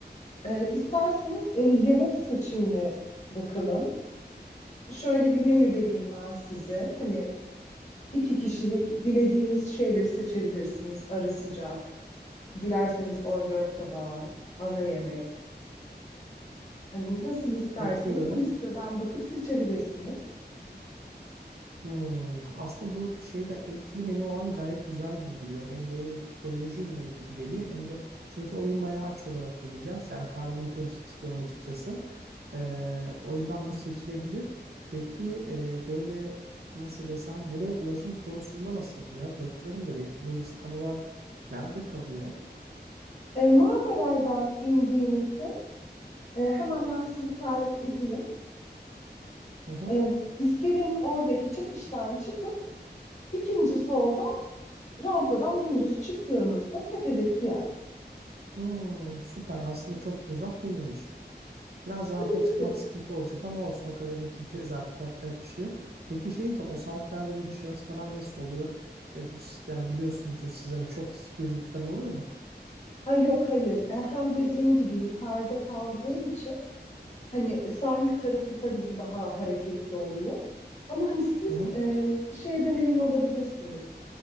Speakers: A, on the left (about 40°); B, on the right (about 65°).
A: E, isterseniz e, yemek seçimine bakalım. Şöyle bir menü vereyim ben size. Hani iki kişilik dilediğiniz şeyleri seçebilirsiniz. Ara sıcak, dilerseniz hors d'oeuvre tabağı, ana yemek. Hani nasıl isterseniz
B: Bakıyorum.
A: bu listeden bakıp seçebilirsiniz.
B: Hmm, Aslında bu şeyde etli menü olan gayet güzel gibi duruyor. Hem böyle doyurucu bir menü gibi geliyor hem de çünkü o gün bayağı aç olarak geleceğiz. Yani karnım da doysun istiyorum açıkçası. Ee, o yüzden bu seçilebilir. Peki e, böyle nasıl desem buraya ulaşım konusunda nasıl yapacağız? Bakıyorum da bir burası tam olarak nerede kalıyor?
A: E, Marmaray'dan indiğinizde e, hemen ben size tarif edeyim.
B: Hı hı.
A: E, iskelenin oradaki çıkıştan çıkıp ikinci soldan rampadan dümdüz çıktığınızda tepedeki yer.
B: Hmm, süper aslında çok da uzak değilmiş. Biraz rampa
A: Tabii tabii.
B: çıkmak sıkıntı olacak ama olsun o kadarını çekeriz artık yapacak bir şey yok. Peki şey diyeceğim o saatlerde böyle dışarısı falan nasıl oluyor? E, hiç yani biliyorsunuzdur siz hani çok gürültü falan oluyor mu?
A: Ay yok hayır. E, hem dediğim gibi yukarıda kaldığı için hani sahil tarafı tabii ki daha hareketli oluyor. Ama hani siz
B: Hı hı.
A: e, şeyden emin olabilirsiniz.